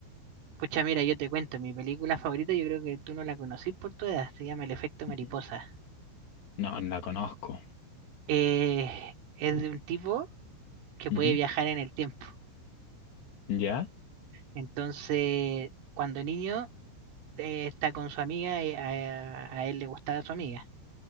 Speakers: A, on the right; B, on the left.
A: Pucha, mira, yo te cuento, mi película favorita, yo creo que tú no la conocís por tu edad, se llama El efecto mariposa.
B: Ujú. No, no la conozco.
A: Eh, es de un tipo que puede
B: Ujú.
A: viajar en el tiempo.
B: Ya,
A: Entonces, cuando niño, eh, está con su amiga, eh, a, a él le gustaba su amiga,